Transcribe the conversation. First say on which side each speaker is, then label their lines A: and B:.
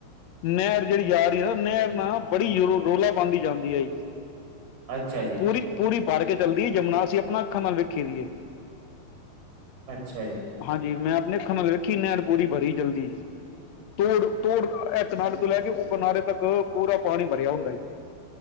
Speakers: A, on the left; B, on the right.
A: ਨੈਰ ਜੇੜੀ ਯਾ ਰੀ ਹੈ ਨਾ ਨੈਰ ਨਾ ਬੜੀ ਰੋਲਾ ਪਾਂਦੀ ਜਾਂਦੀ ਆਈ।
B: ਅੱਛਾ ਜੀ
A: ਪੂਰੀ ਪੂਰੀ ਭਰ ਕੇ ਚੱਲਦੀ ਜਮੁਨਾ ਅਸੀਂ ਆਪਣੀ ਅੱਖਾਂ ਨਾਲ ਵੇਖੀ ਦੀ ਏ।
B: ਅੱਛਾ ਜੀ।
A: ਹਾਂਜੀ ਮੈਂ ਆਪਣੇ ਅੱਖਾਂ ਨਾਲ ਵੇਖੀ ਨੈਣ ਪੂਰੀ ਭਰੀ ਜਲਦੀ ਤੋੜ-ਤੋੜ ਐ ਕਨਾਰੇ ਤੋਂ ਲੈ ਕੇ ਓ ਕਿਨਾਰੇ ਤੱਕ ਪੂਰਾ ਪਾਣੀ ਭਰਿਆ ਹੁੰਦਾ ਈ